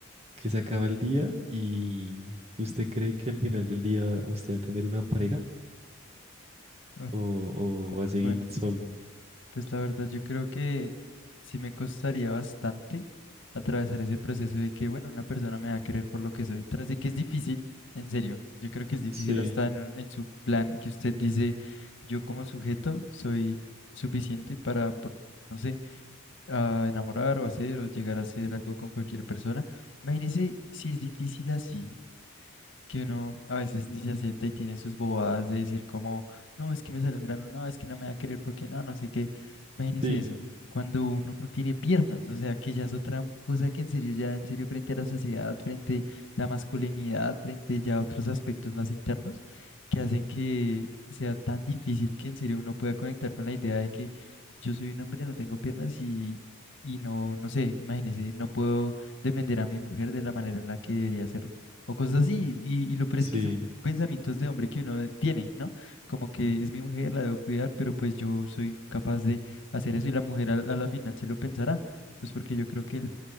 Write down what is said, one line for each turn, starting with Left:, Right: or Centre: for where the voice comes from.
Right: que se acaba el día y usted cree que al final del día usted va a tener una pareja
Left: Uf,
Right: o, o va a seguir
Left: bueno.
Right: solo.
Left: Pues la verdad, yo creo que sí me costaría bastante atravesar ese proceso de que, bueno, una persona me va a querer por lo que soy, tras de que es difícil, en serio, yo creo que es difícil
Right: Sí,
Left: hasta en, un- en su plan que usted dice, yo como sujeto soy suficiente para, por- no sé, a enamorar o hacer o llegar a hacer algo con cualquier persona. Imagínese si es difícil así, que uno a veces ni se acepta y tiene sus bobadas de decir como, no, es que me salió un grano, no, es que no me va a querer porque no, no sé qué. Imagínese
Right: sí,
Left: eso, cuando uno no tiene piernas, o sea, que ya es otra cosa que en serio, ya en serio frente a la sociedad, frente a la masculinidad, frente ya a otros aspectos más internos, que hacen que sea tan difícil que en serio uno pueda conectar con la idea de que yo soy un hombre, no tengo piernas y... Y no, no sé, imagínese, no puedo defender a mi mujer de la manera en la que debería hacerlo o cosas así.
Right: Ujú.
Left: Y, y lo peor
Right: sí.
Left: es que son pensamientos de hombre que uno tiene, ¿no? Como que es mi mujer, la debo cuidar, pero pues yo soy capaz de hacer eso y la mujer a, a la final se lo pensará, pues porque yo creo que el-